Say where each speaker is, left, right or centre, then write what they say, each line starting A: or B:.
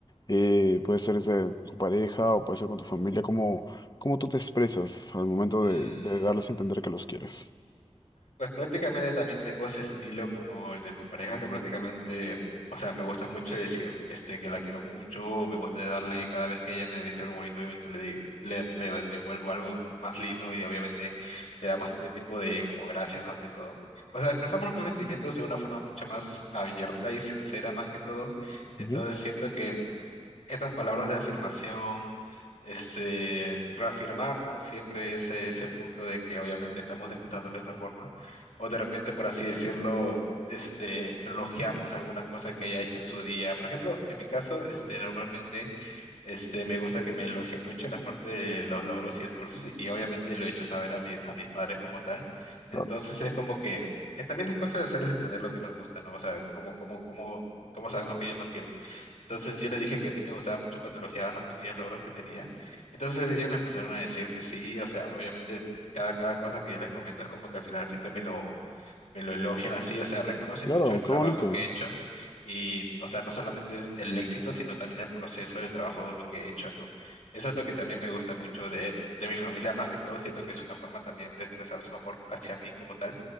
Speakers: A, on the left (about 35°); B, on the left (about 85°).
A: eh, puede ser de tu pareja o puede ser con tu familia, cómo, cómo tú te expresas al momento
B: Mm,
A: de, de darles a entender que los quieres.
B: pues prácticamente también tengo ese estilo como el de tu pareja, que prácticamente, o sea, me gusta mucho decir este, que la quiero mucho, me gusta darle cada vez que ella me dice algo bonito, obviamente le, di- le, le devuelvo algo más lindo y obviamente le damos este tipo de como gracias, ¿no? De todo. O sea, expresamos nuestros sentimientos de una forma mucho más abierta y sincera más que todo. Entonces
A: Ujú.
B: siento que... estas palabras de afirmación, este, reafirmar, ¿no? Siempre ese, ese punto de que obviamente estamos demostrándolo de esta forma, o de repente, por así decirlo, este, elogiamos alguna cosa que haya hecho en su día. Por ejemplo, en mi caso, este, normalmente este, me gusta que me elogien mucho la parte de los logros y esfuerzos y, y obviamente lo he hecho saber a, mi- a mis padres como tal. Entonces
A: Claro,
B: es como que eh, también es cosa de hacerles entender lo que nos gusta, ¿no? O sea, como como como cómo sabemos que ellos nos quieren. Entonces yo les dije que sí me gustaba mucho cuando elogiaban los pequeños logros que tenía. Entonces ellos me empezaron a decir que sí, o sea, obviamente cada, cada cosa que yo les comento es como que al final siempre me lo me lo elogian así, o sea, reconocen
A: claro,
B: mucho el trabajo
A: qué bonito.
B: que he hecho y, o sea, no solamente es el éxito, sino también el proceso del trabajo duro que he hecho, ¿no? Eso es lo que también me gusta mucho de, de mi familia, más que todo, siento que es una forma también de expresar su amor hacia mí como tal.